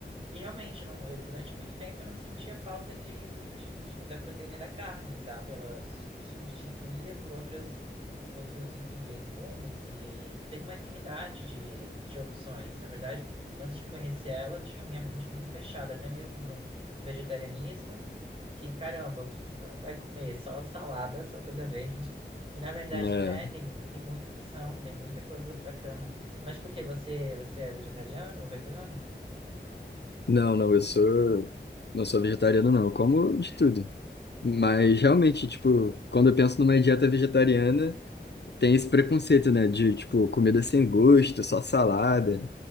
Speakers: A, on the right; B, on the left.
A: E realmente, não, eu, durante muito tempo eu não sentia falta de, de- de- da proteína da carne, sabe? Ela su- substituía por outras, outros, enfim, legumes e tem uma infinidade de, de opções. Na verdade, antes de conhecer ela, eu tinha minha mente muito fechada, até mesmo para o vegetarianismo, que caramba, o que que va- vai comer? Só salada, só coisa verde. E na verdade
B: É,
A: não é, tem, tem muita opção, tem muita coisa bacana. Mas por quê? Você, você é vegetariano ou vegano?
B: não, não, eu sou não sou vegetariano, não. Eu como de tudo. Mas
A: Ah, ok.
B: realmente, tipo, quando eu penso numa dieta vegetariana, tem esse preconceito, né? De, tipo, comida
A: Uhum.
B: sem gosto, só salada.